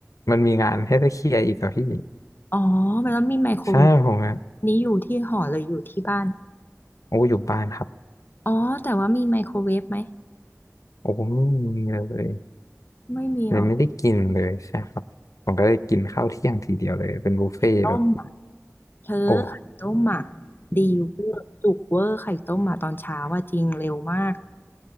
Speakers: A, on the left (about 80°); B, on the left (about 40°).
A: มันมีงานให้ต้องเคลียร์อีกอะพี่
B: อ๋อมันแล้วมีไมโครเวฟ
A: ใช่ผมอะ
B: นี้อยู่ที่หอหรืออยู่ที่บ้าน
A: โอ้อยู่บ้านครับ
B: อ๋อแต่ว่ามีไมโครเวฟไหม
A: โอ้ไม่มีเลย
B: ไม่มีหรอ
A: เลยไม่ได้กินเลยใช่ครับผมก็เลยกินข้าวเที่ยงทีเดียวเลยเป็นบุฟเฟ่ต์แบบ
B: ต้มอะ เธอไข่ต้มหมัก
A: โอ้
B: ดีเวอร์จุกเวอร์ไข่ต้มหมาตอนเช้าว่าจริงเร็วมาก